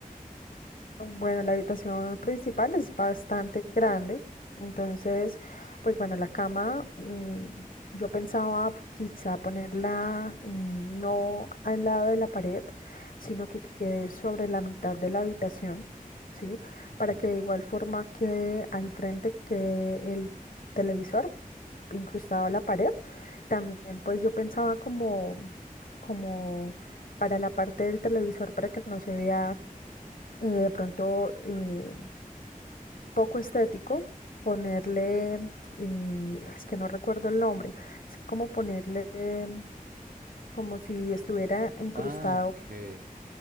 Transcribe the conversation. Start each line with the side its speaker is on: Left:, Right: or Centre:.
Left: Bueno, la habitación principal es bastante grande, entonces, pues bueno, la cama, eh, yo pensaba quizá ponerla eh, no al lado de la pared, sino que quede sobre la mitad de la habitación, ¿sí?
Right: Ok.
Left: Para que de igual forma quede al frente que el televisor incrustado a la pared. También, pues yo pensaba como, como para la parte del televisor para que no se vea y de pronto eh, poco estético, ponerle, eh, es que no recuerdo el nombre, es como ponerle eh, como si estuviera incrustado.
Right: Ah, ok.